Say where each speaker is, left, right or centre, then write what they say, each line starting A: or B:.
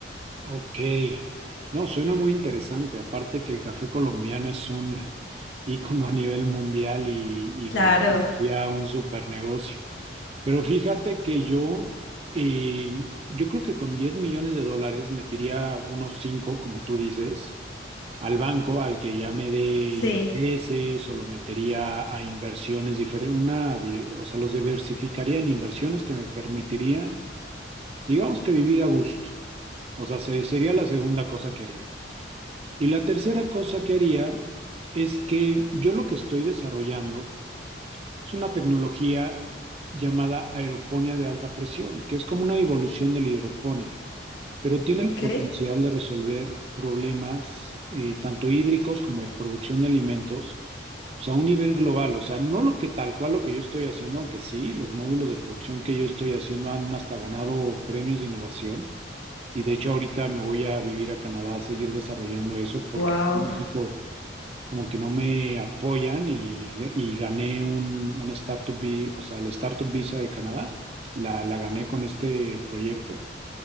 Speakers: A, on the right; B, on the left.
A: Ok, no, suena muy interesante. Aparte que el café colombiano es un ícono a nivel mundial y, y
B: Claro.
A: creo que sería un super negocio. Pero fíjate que yo, eh, yo creo que con 10 millones de dólares metiría unos 5 como tú dices, al banco al que ya me dé
B: Sí,
A: intereses o lo metería a inversiones diferentes, una, di- o sea, los diversificaría en inversiones que me permitirían, digamos que vivir a gusto. O sea, se- sería la segunda cosa que haría. Y la tercera cosa que haría es que yo lo que estoy desarrollando es una tecnología llamada aeroponía de alta presión, que es como una evolución de la hidroponía, pero tiene el
B: ok.
A: potencial de resolver problemas eh, tanto hídricos como de producción de alimentos, pues a un nivel global, o sea, no lo que tal cual lo que yo estoy haciendo, aunque sí, los módulos de producción que yo estoy haciendo han hasta ganado premios de innovación. Y de hecho ahorita me voy a vivir a Canadá a seguir desarrollando eso porque
B: Wow,
A: aquí en México como que no me apoyan y, y gané un, un Startup Visa, o sea, el Startup Visa de Canadá, la, la gané con este proyecto.